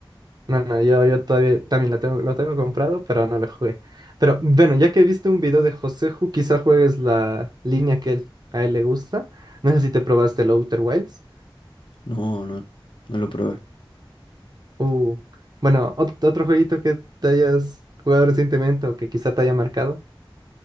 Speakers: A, on the right; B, on the left.
A: no, no, yo, yo todavía también lo tengo, lo tengo comprado, pero no lo jugué. Pero bueno, ya que viste un video de José quizá juegues la línea que él- a él le gusta. No sé si te probaste el Outer Wilds.
B: No, no, no lo probé.
A: Uh, bueno, ot- otro jueguito que te hayas jugado recientemente o que quizá te haya marcado.